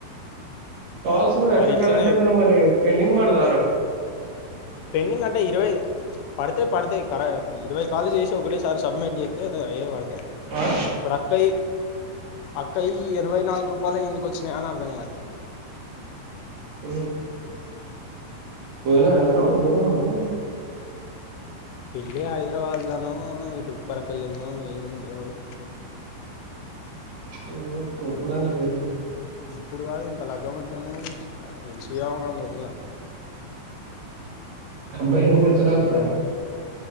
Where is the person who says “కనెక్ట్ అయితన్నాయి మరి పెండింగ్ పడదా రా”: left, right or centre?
Right